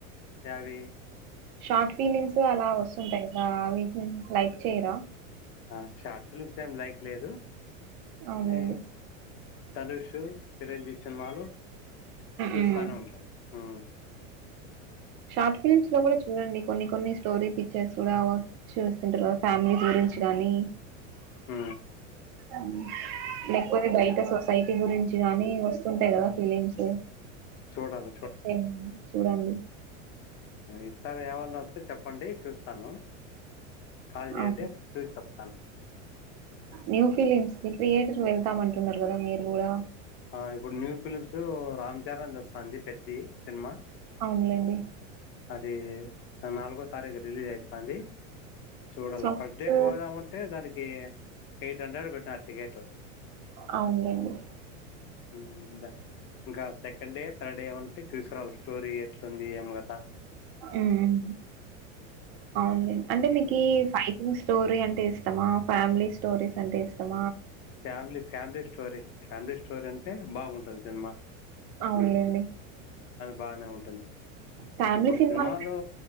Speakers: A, on the left; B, on the right.
A: అవి
B: షార్ట్ ఫిలిమ్స్ అలా వస్తుంటాయి కదా అవి హమ్ లైక్ చేయరా
A: ఆ షార్ట్ ఫిలిప్స్ ఏం లైక్ లేదు
B: అవునండి
A: ఈ ధనుష్ చిరంజీవి సినిమాలు చూస్తానే
B: మ్మ్.
A: ఉంటాను ఆ
B: షార్ట్ ఫిలిమ్స్ లో కూడ చూడండి కొన్ని కొన్ని స్టోరీ పిక్చర్స్ కూడ చూస్తుంటారు కదా ఫ్యామిలీస్ గురించి కానీ
A: అ
B: హమ్ లేకపోతే బయట సొసైటీ గురించి గానీ వస్త ఉంటాయి కద ఫీలిమ్స్ ఏండి
A: చూడాల,
B: చూడండి
A: ఇసారి ఏమన్నా వస్తే చెప్పండి చూస్తాను కాల్ జేయండి
B: ఆ
A: చూసి చెప్తాను.
B: న్యూ ఫిలిమ్స్ నీ థియేటర్ వెళ్తామంటున్నారు కదా మీరు కూడా
A: ఆ ఇప్పుడు న్యూ ఫిలిమ్స్ రామ్ చరణ్ వస్తాంది పెద్ది సినిమ
B: అవునులేండి
A: అది నాలుగవ తారీఖు రిలీజ్ అయితాంది చూడాల
B: సాంగ్స్
A: ఫస్ట్ డే పోదామంటే దానికి ఎ ఎయిట్ హండ్రెడ్ పెట్టాలి టికెట్ కి
B: అవును లెండి
A: హమ్ ఇందా ఇంకా సెకండ్ డే థర్డ్ డే ఏమన్నా పోయి చూసురావాలీ స్టోరీ ఎట్లుంది ఏం కత
B: మ్మ్ అవును అంటే మీకి ఫైటింగ్ స్టోరీ అంటే ఇష్టమా ఫ్యామిలీ స్టోరీస్ అంటే ఇష్టం
A: family family story family story అంటే బాగుంటది సినిమా
B: అవునులేండి
A: బానే ఉంటుంది
B: ఫ్యామిలీ
A: ఇప్పుడు
B: సినిమాలు
A: సినిమాలో